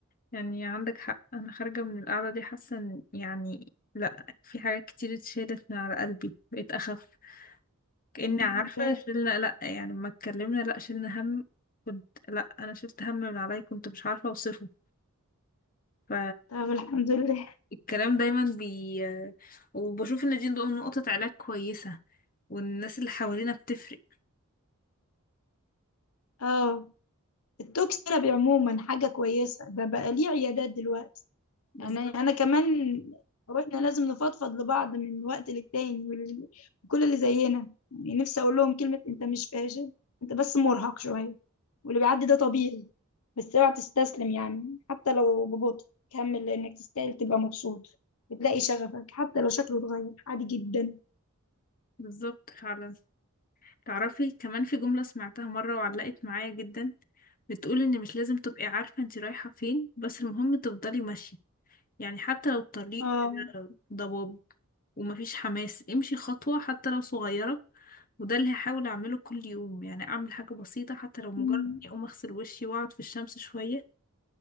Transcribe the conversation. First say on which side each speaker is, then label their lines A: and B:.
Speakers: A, on the left; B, on the left.
A: يعني عندك حق انا خارجه من القعده دي حاسه إن- يعني لا في حاجات كتير اتشالت من على قلبي بقيت اخف كاني
B: الحمد
A: عارفه
B: لله
A: شلنا لا يعني ما اتكلمنا لا شلنا هم كنت لا انا شلت هم من عليا كنت مش عارفه اوصفه ف
B: طب الحمد لله
A: الكلام دايما بي وبشوف ان دي نقطة علاج كويسة والناس اللي حوالينا بتفرق
B: اه التوك ثيرابي عموما حاجة كويسة ده بقى ليه عيادات دلوقتي
A: بالظبط
B: يعني انا كمان واحنا لازم نفضفض لبعض من وقت للتاني وال- وكل اللي زينا يعني نفسي اقول لهم كلمة انت مش فاشل انت بس مرهق شوية واللي بيعدي ده طبيعي بس اوعى تستسلم يعني حتى لو ببطء كمل لانك تستاهل تبقى مبسوط وتلاقي شغفك حتى لو شكله اتغير عادي جدا
A: بالظبط فعلا تعرفي كمان في جملة سمعتها مرة وعلقت معايا جدا بتقول ان مش لازم تبقي عارفة انت رايحة فين بس المهم تفضلي ماشية يعني حتى لو الطريق
B: اه
A: كده ضباب ومفيش حماس امشي خطوة حتى لو صغيرة وده اللي هحاول اعمله كل يوم يعني اعمل حاجة بسيطة حتى لو مجرد
B: أمم،
A: اني اقوم اغسل وشي واقعد في الشمس شوية